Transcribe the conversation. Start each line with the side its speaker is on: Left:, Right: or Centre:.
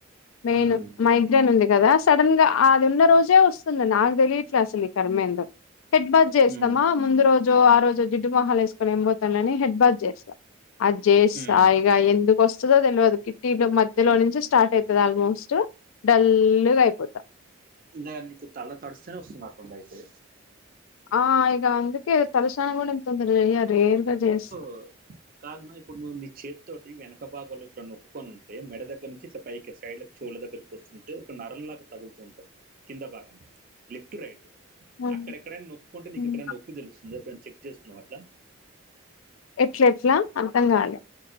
Left: మెయిన్
Right: హ్మ్. హ్మ్.
Left: మైగ్రైన్ ఉంది కదా స్? సడన్ గా అది ఉన్న రోజే వస్తుంది నాకు తెలియట్లే అసలు ఈ కర్మ ఏందో హెడ్ బార్ జేస్తామా?
Right: హ్మ్.
Left: ముందు రోజు ఆ రోజో జిడ్డు మొహాలు వేస్కొని ఏం పోతాలే అని హెడ్ బార్ చేస్తా అది చేస్సా
Right: హ్మ్.
Left: ఇక ఎందుకు వస్తదో తెల్వదు కిట్టిలో మధ్యలో నుంచి స్టార్ట్ అయితదో ఆల్మోస్ట్ డల్ల్ గా అయిపోతా
Right: ఇంగా నీకు తల్ల తడిస్తేనే వస్తున్నట్టుంది అయితే
Left: ఆ ఇగ అందుకే తలక్షాన కూడా తొందర్ గా చెయ్యా రేర్ గా చేస్తా
Right: బ్ కాగ్ మా ఇప్పుడు నువ్వు చేత్తోటి వెనక భాగంలో ఇట్లా నొక్కుకొని ఉంటే మెడ దగ్గర నుంచి ఇట్లా పైకి సైడ్ల చెవుల దగ్గరకి వస్తుంటే ఒక నరంలాగా తగుల్తూ ఉంటుంది కింద భాగాన లెఫ్ట్ రైట్
Left: హ్మ్,
Right: అక్కడెక్కడైనా నొక్కుంటే నీకు
Left: హ్మ్.
Right: ఎక్కడైనా నొప్పి తెలుస్ నువ్ ఎప్పుడైనా చెక్ చేసుకున్నావా అట్లా?
Left: ఎట్లెట్లా అర్థం కాలే